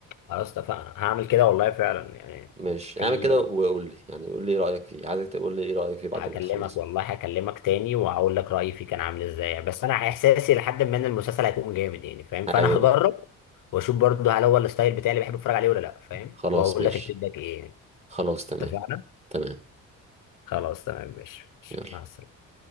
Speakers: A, on the left; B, on the right.
A: خلاص اتفقنا هعمل كده والله فعلا يعني
B: ماشي
A: في
B: اعمل كده وقول لي يعني قول لي ايه رأيك فيه عايزك تقول لي ايه رأيك فيه بعد
A: هكلمك
B: ما تخلص
A: والله هكلمك تاني وهقول لك رأيي فيه كان عامل ازاي بس انا احساسي لحد ما ان المسلسل هيكون جامد يعني فاهم
B: هيعجبك
A: فانا هجرب واشوف برضه هل هو الستايل بتاعي اللي بحب اتفرج عليه ولا لا فاهم
B: خلاص
A: وهقول
B: ماشي
A: لك الفيدباك ايه يعني
B: خلاص تمام
A: اتفقنا
B: تمام
A: خلاص تمام ماشي ماشي
B: يلا
A: مع السلامة